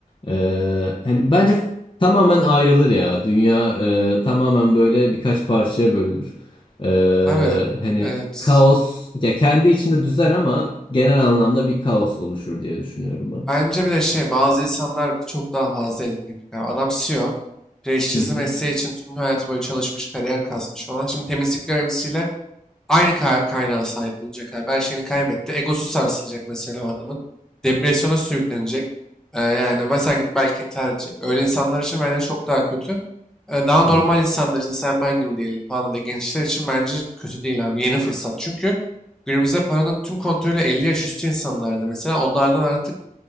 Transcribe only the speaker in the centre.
Abi
evet.
Bence bir de şey bazı insanlar çok daha fazla etkilenecek. Yani adam CEO. Prestijli
mesleği için tüm hayatı boyu çalışmış, kariyer kasmış falan. Şimdi temizlik görevlisiyle aynı ka kaynağa sahip olacak abi. Her şeyini kaybetti. Egosu sarsılacak mesela o adamın. Depresyona sürüklenecek. Ee, yani mesela gidip belki intihar edecek. Öyle insanlar için bence çok daha kötü. Ee, daha normal
insanlar için sen ben gibi değilim falan da gençler için bence kötü değil abi. Yeni fırsat. Çünkü günümüzde paranın tüm kontrolü 50 yaş üstü insanlarda. Mesela onlardan artık